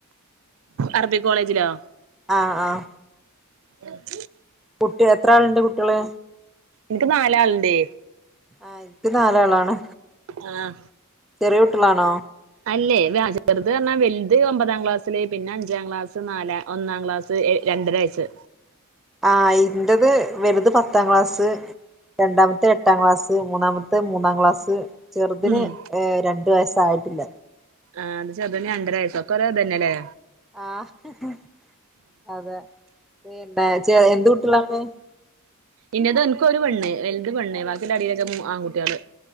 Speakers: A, on the right; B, in the centre.
A: അറബി കോളേജിലോ
B: ആ ആ
A: ആ <unintelligible> <unintelligible>
B: കുട്ടി എത്ര ആളുണ്ട് കുട്ടികള്
A: ഇൻക്ക് നാലാളുണ്ട്
B: ആ ഇപ്പ നാലാളാണ്
A: ആഹ്
B: ചെറിയ കുട്ടികളാണോ
A: അല്ലേ ചെറുത് പറഞ്ഞാൽ വലുത് ഒമ്പതാം ക്ലാസില് പിന്നെ അഞ്ചാം ക്ലാസ്സ് നാലാം ഒന്നാം ക്ലാസ് രണ്ടര വയസ്
B: ആ ഇന്റത് വലുത് പത്താം ക്ലാസ് രണ്ടാമത്തെ എട്ടാം ക്ലാസ് മൂന്നാമത്തെ അത്തെ മൂന്നാം ക്ലാസ് ചെറുതിന്
A: ഉം
B: ഏ രണ്ട് വയസായിട്ടില്ല
A: ആഹ് ചെറുതിന് രണ്ടര വയസൊക്കെ ഒരേ തന്നെല്ലേ
B: ആഹ് അതെ പിന്നെ ചെ എന്ത് <unintelligible>
A: ഇന്ന അത് എനക്ക് ഒരു പെണ് വലുത് പെണ്ണ് ബാക്കിന്റെ അടിയിലൊക്കെ ആൺകുട്ടികള്